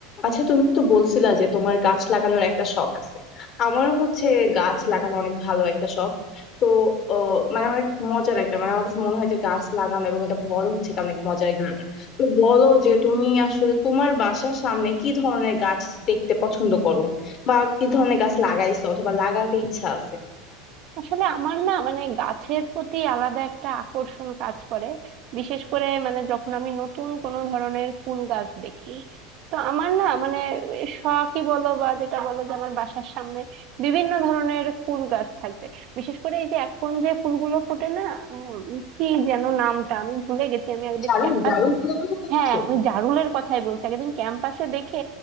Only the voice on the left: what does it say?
আচ্ছা তুমি তো বলছিলা যে তোমার গাছ লাগানোর একটা শখ আছে আমারও হচ্ছে গাছ লাগানো অনেক ভালো একটা শখ তো আহ, মানে অনেক মজার একটা মানে আমার কাছে মনে হয় যে গাছ লাগানো এবং এটা বড় হচ্ছে এটা অনেক মজার একটা ব্যাপার। তো বলো যে তুমি আসলে তোমার বাসার সামনে কি ধরনের গাছ দেখতে পছন্দ করো বা কি ধরনের গাছ লাগাইছো অথবা লাগাতে ইচ্ছা আছে
জারুল
জারুল ফুলের কথা
বলছো